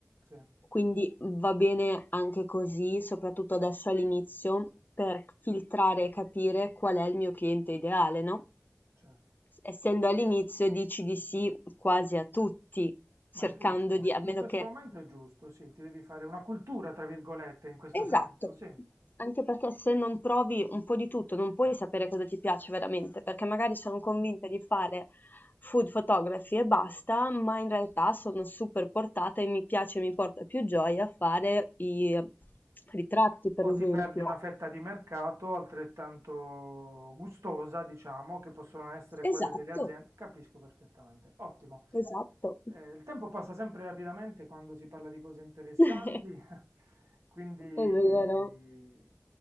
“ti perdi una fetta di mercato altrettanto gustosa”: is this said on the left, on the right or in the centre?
Right